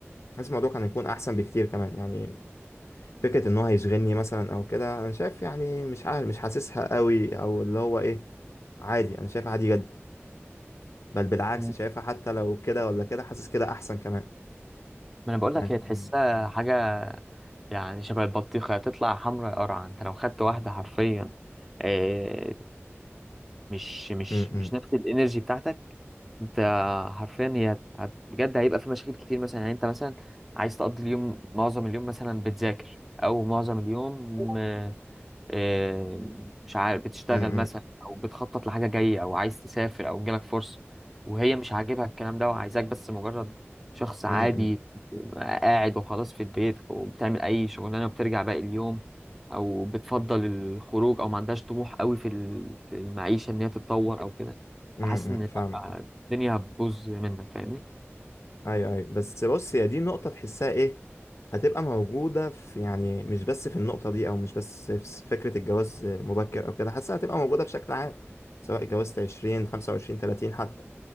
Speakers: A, on the left (about 75°); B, in the centre.
A: حاسس الموضوع كان هيكون احسن بكتير كمان يعني فكره ان هو هيشغلني مثلا او كده انا شايف يعني مش عارف مش حاسسها قوي او اللي هو ايه عادي انا شايفها عادي جدا بل بالعكس
B: مم.
A: شايفها حتى لو كده ولا كده حاسس كده احسن كمان
B: ما انا بقول
A: يعني
B: لك هي تحسها حاجه يعني شبه البطيخه تطلع حمراء قرعه انت لو خدت واحده حرفيا آه، مش مش
A: امم
B: مش نفس الانرجي بتاعتك انت حرفيا هي هت- هت- بجد هيبقى في مشاكل كتير مثلا يعني انت مثلا عايز تقضي اليوم معظم اليوم مثلا بتذاكر او معظم اليوم آه، آه، مش عارف بتشتغل
A: امم
B: مثلا او بتخطط لحاجه جايه او عايز تسافر او جالك فرصه وهي مش عاجبها الكلام ده وعايزاك بس مجرد شخص عادي
A: امم
B: قاعد وخلاص في البيت وبتعمل اي شغلانه وبترجع باقي اليوم او بتفضل الخروج او ما عندهاش طموح قوي في ال- في المعيشه ان هي تتطور او كده
A: امم
B: فحاسس ان لأ،
A: فاهمك
B: الدنيا هتبوظ منك فاهمني
A: اي اي بس بص هي دي نقطه تحسها ايه هتبقى موجوده في يعني مش بس في النقطه دي او مش بس في فكره الجواز المبكر او كده حاسسها هتبقى موجوده بشكل عام سواء اتجوزت 20 25 30 حتى